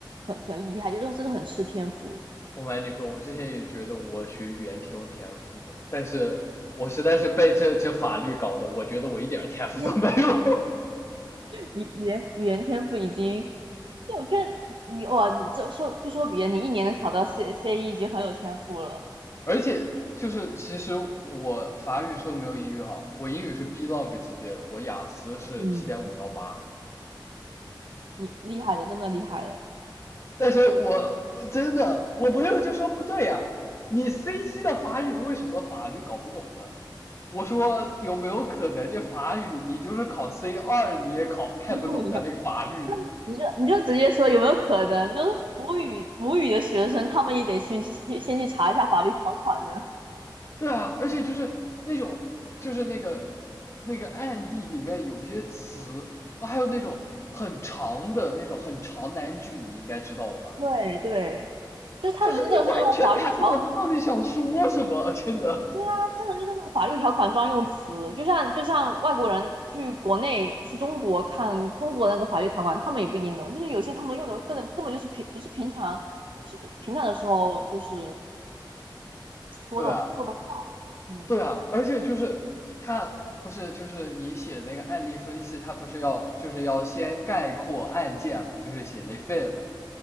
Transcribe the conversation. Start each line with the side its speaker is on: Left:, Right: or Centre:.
Right: 很很厉害，就是真的很吃天赋。
Left: 不瞒你说，我之前也觉得我学语言挺有天赋的，但是我实在是被这这法律搞的，我觉得我一点儿天赋都没有。
Right: 你
Left: <laughs>
Right: 语语言语言天赋已经，就我觉得你哇，你这说不说别的，你一年能考到 C C E 已经很有天赋了。
Left: 而且就是其实我法语说的没有英语好，我英语是 B long 级别的，我雅思是七点五到八，
Right: 嗯，你厉害的，真的厉害的。
Left: 但是我真的我朋友就说不对呀、啊你 C 一的法语为什么法律搞不懂呢？我说有没有可能这法语你就是考 C 二你也考看不懂的那个法律呢？
Right: <laughs> 你就你就直接说有没有可能，就是母语母语的学生，他们也得去先先去查一下法律条款呢。
Left: 对啊，而且就是那种，就是那个那个案例里面有些词，还有那种很长的那种很长难句，你应该知道的吧？
Right: <laughs> 对对。就是他们真的是那种法律条，
Left: 就是你完全看不懂他到底想说什么，真的。
Right: 他真的就是那种法律条款专用词，就像就像外国人去国内去中国看中国那个法律条款，他们也不一定懂，就是有些他们用的根本根本就是平不是平常是平常的时候就是说的说的话，
Left: 对啊，
Right: 嗯
Left: 对啊，而且就是他不是就是你写那个案例分析，他不是要就是要先概括案件嘛，就是写 les faits 嘛，